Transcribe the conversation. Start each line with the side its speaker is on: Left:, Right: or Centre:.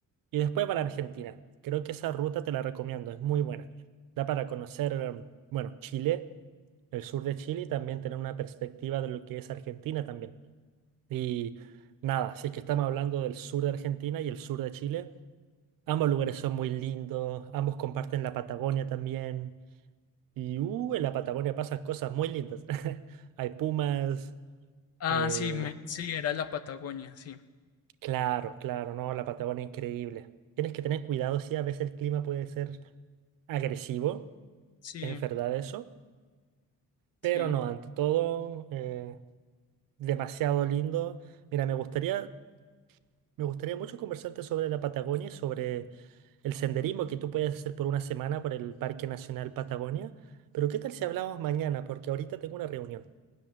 Right: y después van a Argentina. Creo que esa ruta te la recomiendo, es muy buena. Da para conocer, em, bueno, Chile, el sur de Chile y también tener una perspectiva de lo que es Argentina también. Y nada, si es que estamos hablando del sur de Argentina y el sur de Chile, ambos lugares son muy lindos, ambos comparten la Patagonia también. Y uh, en la Patagonia pasan cosas muy lindas. <laughs> Hay pumas.
Left: Ah,
Right: eh,
Left: sí, me- sí, era la Patagonia, sí,
Right: claro, claro, no, la Patagonia es increíble. Tienes que tener cuidado, sí, a veces el clima puede ser agresivo,
Left: sí,
Right: es verdad eso. Pero
Left: sí.
Right: no, ante todo, eh, demasiado lindo. Mira, me gustaría, me gustaría mucho conversarte sobre la Patagonia y sobre el senderismo que tú puedes hacer por una semana por el Parque Nacional Patagonia. Pero ¿qué tal si hablamos mañana? Porque ahorita tengo una reunión.